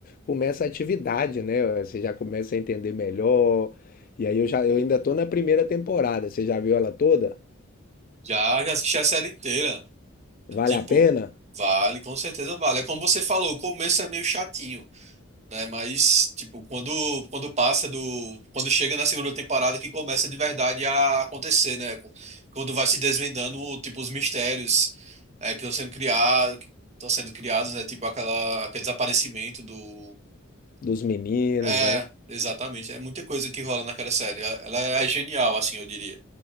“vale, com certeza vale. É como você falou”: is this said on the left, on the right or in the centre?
Right